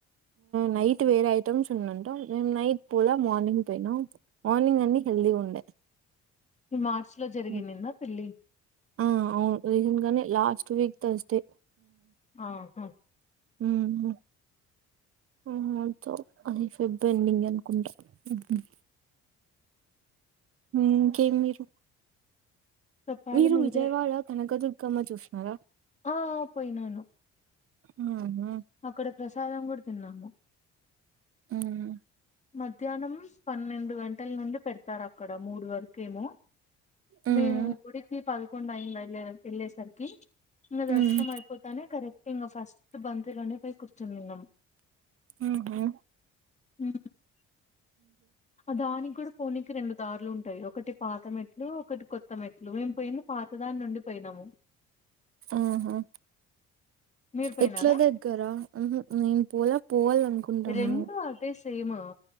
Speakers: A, on the right; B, on the left.
A: నైట్ వేరే ఐటమ్స్ ఉన్నాంట మేము నైట్ పొల మార్నింగ్ పోయినాం మార్నింగ్ అన్ని హెల్ది ఉండే
B: ఈ మార్చ లో జరిగిన్నింనదా
A: హ్మ్.
B: పెళ్లి
A: ఆ అవును రీసెంట్ గానే లాస్ట్ వీక్ థర్సడే
B: ఆ హ
A: మ్మ్ హు ఆ అది ఫెబ్ ఎండింగ్ అనుకుంటా మ్మహు ఇంకే మీరు
B: చెప్పాలి
A: మీరు
B: మీరే
A: విజయవాడ కనకదు క్కమ్మ చూష్ణారా
B: ఆ పోయినాను
A: మ్మ్ హు
B: అక్కడ ప్రసాదం కూడా తిన్నాము
A: మ్మహు
B: మధ్యాహ్నం పన్నెండు గంటల నుండి పెడతారు అక్కడ మూడు వరకేమో
A: ఉమ్
B: మేము గుడికి పదకొండు అయ్యింది వెళ్ళ వెళ్ళేసరికి ఇంకా దర్శనం
A: ఉమ్
B: అయిపోతానే కరెక్ట్ ఇంకా ఫస్ట్ బంతిలోనే పోయ్ కూర్చునిన్నాము
A: మ్మ్ హు
B: మ్మ్ దానికి కూడా పోనీకి రెండు దారులుంటాయి ఒకటి పాతం మెట్ ట్లు ఒకటి కొత్త మెట్లు మేము పోయింది పాతదాని నుండి పోయినాము
A: ఆహా
B: మీరు పోయినారా
A: ఎట్లా దగ్గరా మ్మహు నేను పోల పోవాలనుకుంటున్నాను
B: రెండు అదే సేమ్